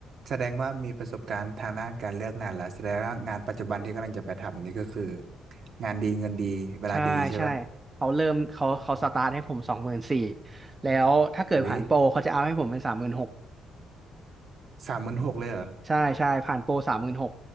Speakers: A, on the right (about 50°); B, on the right (about 20°).
A: แสดงว่ามีประสบการณ์ทางด้านการเลือกงานแล้วแสดงว่างานปัจจุบันที่กำลังจะไปทำนี่ก็คืองานดีเงินดีเวลาดีใช่ปะ
B: ใช่ใช่เขาเริ่มเขาเขาสตาร์ทให้ผมสองหมื่นสี่
A: อืม
B: แล้วถ้าเกิดผ่านโปรเขาจะเอาให้ผมเป็นสามหมื่นหก
A: เฮ้ยสามหมื่นหกเลยเหรอ
B: ใช่ใช่ผ่านโปรสามหมื่นหก